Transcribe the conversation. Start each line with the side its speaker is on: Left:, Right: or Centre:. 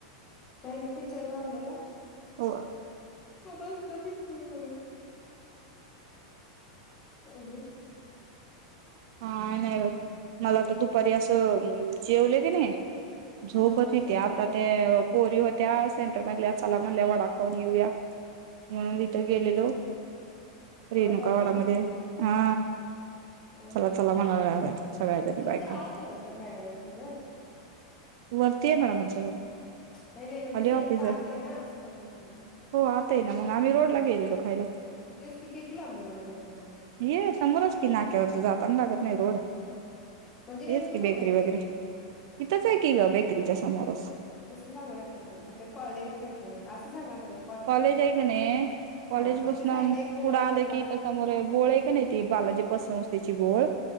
Left: महीने पिकच्चर लावलेला
Right: हो
Left: हो बच लप इच्छा बघाच अजून
Right: हा नाही मला तर दुपारी असं जेवले की नाही झो
Left: झोपसुनी
Right: बधी तेता ते पोर त्या सेंटर मधल्या चला म्हणल्या वडाखाऊन येऊया म्हणून इिथं गेलेलो रेणुकावाडामध्ये
Left: वडापाव खायला
Right: हा
Left: अ
Right: चला चला म्हणाला ला आहे सगळ्यातरी
Left: तुमचं
Right: बायका
Left: आत आहे ना पण मॅडमांचं घर
Right: <unintelligible> वरतीय मॅडम आमच्या घर
Left: <inaudible> नाही- नाही म्हणजे
Right: खाली
Left: सेंटर
Right: ऑफिस
Left: आत आहे ना असं म्हणायला लागले‌ ओ
Right: हो आता आहे ना मग आम्ही रोडला गेलेलो खायला
Left: तेच की किती लांबय रोडपासून?
Right: ये समोरच की नाक्यावरच जाताना लागत नाही रोड
Left: म्हणजे नेमकं
Right: हेच की
Left: कुठे
Right: बेकरी
Left: आहे
Right: वगैरे
Left: ते
Right: इथंच आहे की ग बेकरीच्या समोरच
Left: तसं सांगू नका मला असे कॉलेज माहिती म असं सांगा मला
Right: कॉलेज आहेऐ का नाही कॉलेज
Left: हा त्याच्या
Right: बसन
Left: साईडला एक बोळ
Right: पुढं
Left: आहे
Right: आलं
Left: बघा
Right: की समोर बोळ आहे का नाही ती बालाजी पसरवस त्याची बोळ